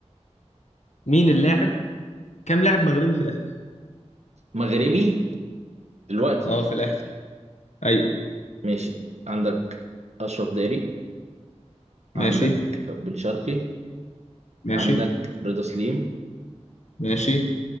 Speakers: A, on the left; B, on the right.
A: مين اللاعب كام لاعب مغربي في الاهلي
B: مغربي دلوقتي
A: اه في الاهلي ايوه
B: ماشي عندك اشرف داري
A: ماشي
B: عندك بن شرقي
A: ماشي
B: عندك رضا سليم
A: ماشي